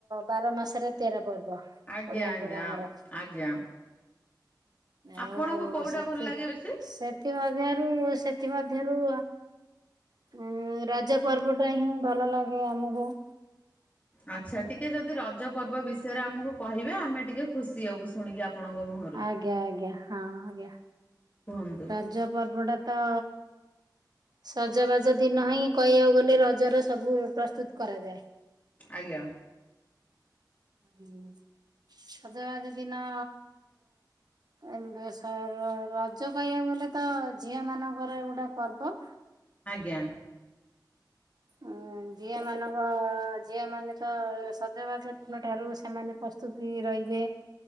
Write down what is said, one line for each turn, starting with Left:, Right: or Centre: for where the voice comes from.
Right: ବାର ମାସରେ ତେର ପର୍ବ।
Left: ଆଜ୍ଞା
Right: ଓଡ଼ିଆଙ୍କର
Left: ଆଜ୍ଞା
Right: ଆମର।
Left: ଆଜ୍ଞା। ଆପଣଙ୍କୁ
Right: ଆଉ
Left: କୋଉଟା
Right: ସେଥି-
Left: ଭଲ ଲାଗେ ବେଶୀ?
Right: ସେଥି ମଧ୍ୟରୁ ସେଥି ମଧ୍ୟରୁ ଉଁ ରଜ ପର୍ବ ଟା ହିଁ ଭଲ ଲାଗେ ଆମକୁ।
Left: ଆଚ୍ଛା ଟିକେ ଯଦି ରଜ ପର୍ବ ବିଷୟରେ ଆମକୁ କହିବେ ଆମେ ଟିକେ ଖୁସି ହବୁ ଶୁଣିକି ଆପଣଙ୍କ ମୁହଁରୁ।
Right: ଆଜ୍ଞା, ଆଜ୍ଞା, ହଁ ଆଜ୍ଞା
Left: କୁହନ୍ତୁ
Right: ରଜ ପର୍ବଟା ତ ସଜବାଜ ଦିନ ହିଁ କହିବାକୁ ଗଲେ ରଜର ସବୁ ପ୍ରସ୍ତୁତ କରାଯାଏ।
Left: ଆଜ୍ଞା।
Right: ହୁଁ ସଜବାଜ ଦିନ ଏମତି ର - ରଜ କହିବାକୁ ଗଲେ ତ ଝିଅ ମାନଙ୍କର ଏ ଗୋଟା ପର୍ବ।
Left: ଆଜ୍ଞା।
Right: ଉଁ ଝିଅ ମାନଙ୍କ ଝିଅ ମାନେ ତ ସଜବାଜ ଦିନ ଠାରୁ ସେମାନେ ପ୍ରସ୍ତୁତି ହେଇ ରହିବେ।